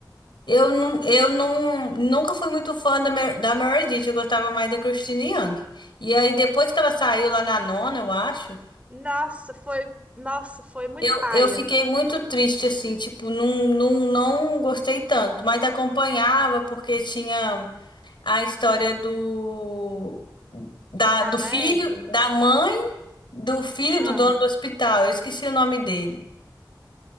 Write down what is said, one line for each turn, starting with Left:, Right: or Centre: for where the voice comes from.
Left: Eu não, eu não, nunca fui muito fã da, Mer- da Meredith, eu gostava mais da Christine Young. E aí, depois que ela saiu lá na nona, eu acho,
Right: Nossa, foi, nossa, foi muito
Left: eu,
Right: paia.
Left: eu fiquei muito triste, assim, tipo, não, não, não gostei tanto, mas acompanhava porque tinha. a história do da,
Right: Caleb.
Left: do filho, da mãe, do filho
Right: Ah,
Left: do dono do hospital. Eu esqueci o nome dele.